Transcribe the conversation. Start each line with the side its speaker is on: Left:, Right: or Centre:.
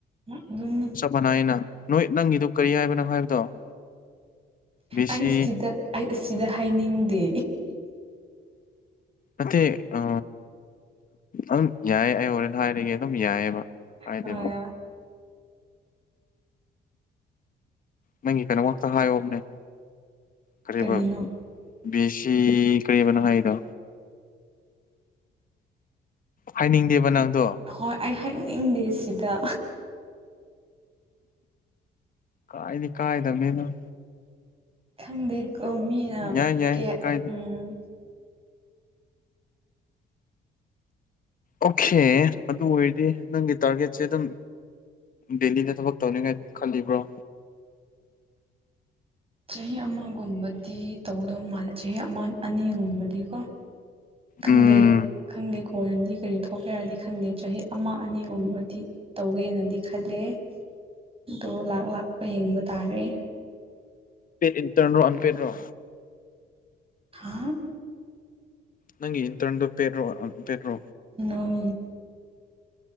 Right: ꯑꯗꯨꯝ
Left: ꯃꯅꯥꯏꯅ ꯅꯣꯏ ꯅꯪꯒꯤꯗꯨ ꯀꯔꯤ ꯍꯥꯏꯕ ꯅꯪ ꯍꯥꯏꯕꯗꯣ ꯕꯤ
Right: ꯑꯩ
Left: ꯁꯤ
Right: ꯑꯁꯤꯗ ꯑꯩ ꯑꯁꯤꯗ ꯍꯥꯏꯅꯤꯡꯗꯦ
Left: ꯅꯠꯇꯦ ꯎ ꯑꯗꯨꯝ ꯌꯥꯏ ꯑꯩ ꯍꯣꯔꯦꯅ ꯍꯥꯏꯔꯤꯉꯦ ꯑꯗꯨꯝ ꯌꯥꯏꯑꯕ ꯍꯥꯏꯗꯦꯕ
Right: ꯈ꯭ꯔ
Left: ꯅꯪꯒꯤ ꯀꯩꯅꯣ ꯉꯥꯛꯇ ꯍꯥꯏꯌꯣꯝꯅꯦ ꯀꯔꯤꯔꯤꯕ
Right: ꯀꯔꯤꯅꯣ
Left: ꯕꯤ ꯁꯤ ꯀꯔꯤꯕꯅꯣ ꯍꯥꯏꯗꯣ ꯍꯥꯏꯅꯤꯡꯗꯦꯕ ꯅꯪꯗꯣ
Right: ꯍꯣꯏ ꯑꯩ ꯍꯥꯏꯅꯤꯡꯗꯦ ꯁꯤꯗ
Left: ꯀꯥꯏꯅꯤ ꯀꯥꯏꯗ ꯃꯅ
Right: ꯈꯪꯗꯦ ꯀꯣ ꯃꯤꯅ
Left: ꯌꯥꯏ ꯌꯥꯏ
Right: ꯀꯦ
Left: ꯀꯥꯏꯗꯦ
Right: ꯎꯝ
Left: ꯑꯣꯀꯦ ꯑꯗꯨ ꯑꯣꯏꯔꯗꯤ ꯅꯪꯒꯤ ꯇꯥꯔꯒꯦꯠꯁꯦ ꯑꯗꯨꯝ ꯗꯦꯜꯂꯤꯗ ꯊꯕꯛ ꯇꯧꯅꯤꯡꯉꯥꯏ ꯈꯜꯂꯤꯕ꯭ꯔꯣ
Right: ꯆꯍꯤ ꯑꯃꯒꯨꯝꯕꯗꯤ ꯇꯧꯗꯧ ꯃꯥꯜꯂꯦ ꯆꯍꯤ ꯑꯃ ꯑꯅꯤꯒꯨꯝꯕꯗꯤꯀꯣ ꯈꯪꯗꯦ
Left: ꯎꯝ
Right: ꯈꯪꯗꯦ ꯀꯣꯟꯂꯗꯤ ꯀꯔꯤ ꯊꯣꯛꯀꯦ ꯌꯥꯔꯗꯤ ꯈꯪꯗꯦ ꯆꯍꯤ ꯑꯃ ꯑꯅꯤꯒꯨꯝꯕꯗꯤ ꯇꯧꯒꯦꯅꯗꯤ ꯈꯜꯂꯦ ꯑꯗꯣ ꯂꯥꯛ ꯂꯥꯛꯄ ꯌꯦꯡꯕ ꯇꯥꯔꯦ
Left: ꯏꯟꯇꯔꯣ ꯑꯟꯄꯦꯗ ꯔꯣ
Right: ꯍꯥ
Left: ꯅꯪꯒꯤ ꯏꯟꯇꯔꯟꯗꯣ ꯄꯦ꯭ꯔꯣ ꯄꯦꯗ꯭ꯔꯣ
Right: ꯅꯎ